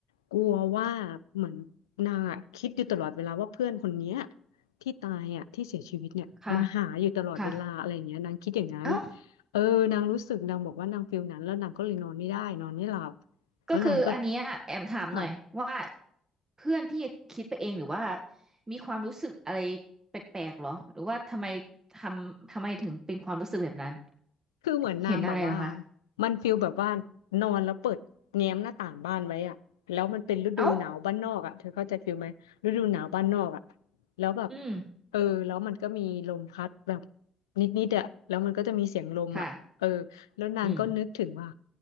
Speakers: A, on the left (about 80°); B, on the right (about 20°).
A: กลัวว่าเหมือนนางอะคิดอยู่ตลอดเวลาว่าเพื่อนคนเนี้ยที่ตายอะที่เสียชีวิตเนี่ยมาหาอยู่ตลอดเวลาอะไรอย่างเงี้ยนางคิดอย่างนั้น
B: ค่ะ ค่ะเอ้า
A: เออนางรู้สึกนางบอกว่านางฟีลนั้นแล้วนางก็เลยนอนไม่ได้นอนไม่หลับแล้วนางก็
B: ก็คืออันเนี้ยแอมถามหน่อยว่า
A: ค่ะ
B: เพื่อนพี่คิดไปเองหรือว่ามีความรู้สึกอะไรแปลกๆหรอหรือว่าทำไมทำทำไมถึงเป็นความรู้สึกแบบนั้น
A: คือเหมือนนางแบบว่า
B: เห็นอะไรเหรอคะ
A: มันฟีลแบบว่านอนแล้วเปิดแง้มหน้าต่างบ้านไว้อะแล้วมันเป็นฤดูหนาวบ้านนอกอะเธอเข้าใจฟีลไหมฤดูหนาวบ้านนอกอะ
B: เอ้า
A: แล้วแบบ
B: อืม
A: เออแล้วมันก็มีลมพัดแบบนิดๆอะแล้วมันก็จะมีเสียงลมอะเออ
B: ค่ะ
A: แล้วนางก็นึกถึงว่า
B: อืม